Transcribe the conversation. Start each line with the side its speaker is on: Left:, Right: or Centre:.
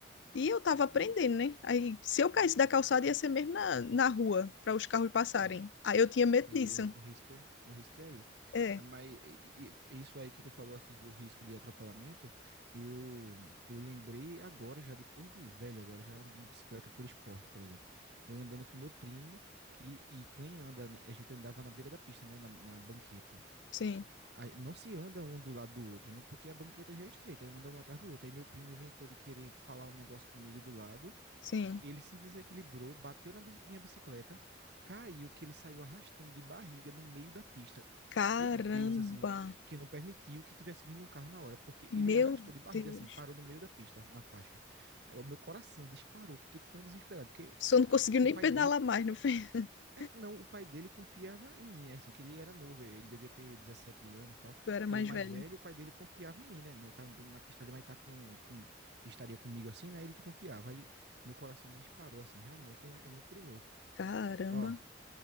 Left: e eu tava aprendendo, né. Aí, se eu caísse da calçada, ia ser mesmo na, na rua, para os carros passarem.
Right: É.
Left: Aí eu tinha medo
Right: E aí
Left: disso.
Right: o, o risco é, o risco é aí.
Left: É,
Right: É, Mas e- e- isso aí que tu falou assim do risco de atropelamento, eu eu lembrei agora já depois de velho, agora já andando de bicicleta por esporte, por exemplo. Eu andando com meu primo e, e quem anda, na- a gente andava na beira da pista, né, na, na banqueta.
Left: sim.
Right: Aí não se anda um do lado do outro, né? Porque a banqueta já é estreita, anda um atrás do outro. Aí meu primo inventou de querer falar um negócio comigo do lado.
Left: Sim.
Right: Ele se desequilibrou, bateu na bis- minha bicicleta, caiu, que ele saiu arrastando de barriga no meio da pista.
Left: Caramba!
Right: Foi Deus, assim, que não permitiu que tivesse vindo um carro na hora, porque
Left: Meu
Right: ele arrastou de barriga,
Left: Deus!
Right: assim, parou no meio da pista, na faixa. Aí o meu coração disparou, fiquei tão desesperado, porque
Left: Só não conseguiu nem
Right: o pai
Left: pedalar
Right: dele
Left: mais, não foi? <laughs>
Right: é, não, o pai dele confiava em mim, né? Assim, que ele era novo, ele devia ter 17 anos e tal.
Left: Eu era mais
Right: E o mais
Left: velha.
Right: velho, o pai dele confiava em mim, né? Não, tá andando na pista ali, mas tá com, com- estaria comigo assim, né? Ele confiava. Aí meu coração disparou, assim, realmente é, é muito perigoso.
Left: Caramba!
Right: Ó,